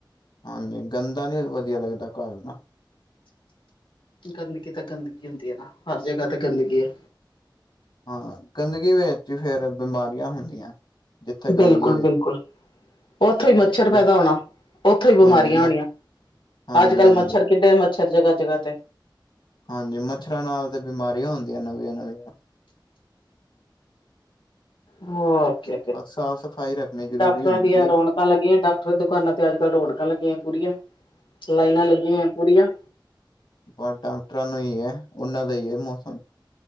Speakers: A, on the left; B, on the left.
A: ਹਾਂਜੀ, ਗੰਦਾ ਨੀ ਵਧੀਆ ਲੱਗਦਾ ਘਰ ਨਾ।
B: ਗੰਦਗੀ ਤਾਂ ਗੰਦਗੀ ਹੁੰਦੀ ਹੈ ਨਾ, ਹਰ ਜਗ੍ਹਾ ਤੇ ਗੰਦਗੀ ਹੈ।
A: ਹਾਂ, ਗੰਦਗੀ ਵਿੱਚ ਹੀ ਫੇਰ ਬਿਮਾਰੀਆਂ ਹੁੰਦੀਆਂ। ਜਿੱਥੇ ਗੰਦਗੀ
B: ਬਿਲਕੁਲ-
A: ਹੋਏਗੀ
B: ਬਿਲਕੁਲ। ਉੱਥੋਂ ਹੀ ਮੱਛਰ ਪੈਦਾ
A: ਜਿਸ
B: ਹੋਣਾ, ਉੱਥੋਂ ਹੀ ਬਿਮਾਰੀਆਂ
A: ਹਾਂਜੀ ਮ
B: ਹੋਣੀਆਂ।
A: ਹਾਂਜੀ
B: ਅੱਜ ਕੱਲ੍ਹ
A: ਹਾਂਜੀ
B: ਮੱਛਰ ਕਿੱਡੇ ਮੱਛਰ ਜਗ੍ਹਾ-ਜਗ੍ਹਾ ਤੇ।
A: ਹਾਂਜੀ। ਮੱਛਰਾਂ ਨਾਲ ਤੇ ਬਿਮਾਰੀਆਂ ਹੁੰਦੀਆਂ ਨਵੀਆਂ- ਨਵੀਆਂ।
B: ਔਰ ਕੀ।
A: ਬਸ ਸਾਫ਼- ਸਫ਼ਾਈ ਰੱਖਣੀ ਜ਼ਰੂਰੀ
B: ਡਾਕਟਰਾਂ
A: ਹੁੰਦੀ
B: ਦੀਆਂ ਰੌਣਕਾਂ
A: ਹੈ
B: ਲੱਗੀਆਂ। ਡਾਕਟਰਾਂ ਦੁਕਾਨਾਂ ਤੇ ਅੱਜ ਕੱਲ ਰੌਣਕਾਂ ਲੱਗੀਆਂ ਪੂਰੀਆਂ। ਲਾਈਨਾਂ ਲੱਗੀਆਂ ਪੂਰੀਆਂ।
A: ਪਰ ਡਾਕਟਰਾਂ ਨੂੰ ਹੀ ਹੈ, ਉਹਨਾਂ ਦਾ ਹੀ ਹੈ ਮੌਸਮ।